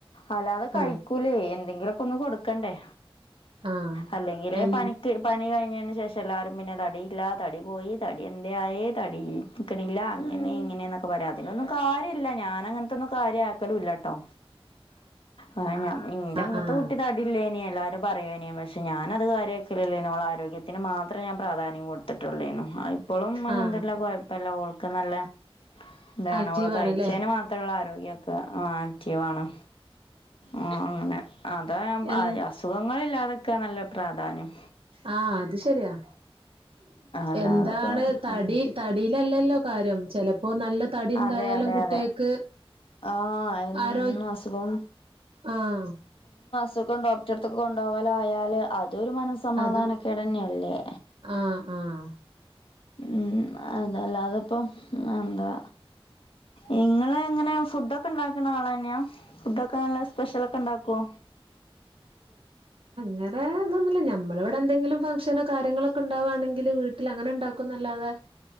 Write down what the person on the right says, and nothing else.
ആഹ്
ആഹ്
എൻ
ആഹ്
ആഹ്
ആഹ്
ആക്റ്റീവ്
ആണ് ലെ
എൻ
ആ അത് ശരിയാ
എന്താണ് തടി
തടിയിലല്ലല്ലോ കാര്യം ചിലപ്പോ ഇപ്പൊ നല്ല തടിണ്ടായാലും
കുട്ടികൾക്ക്
ആരോ
ആഹ്
അത് ആഹ് ആഹ്
അങ്ങനെ ഇതൊന്നുമ്മില്ലാ നമ്മള് ഇവിടെ എന്തെങ്കിലും നമ്മൾ ഫംഗ്ഷനോ കാര്യങ്ങളൊക്കെ ഉണ്ടാകുവാണെങ്കില് വീട്ടില് അങ്ങനെ ഇണ്ടാക്കൂന്നല്ലാതെ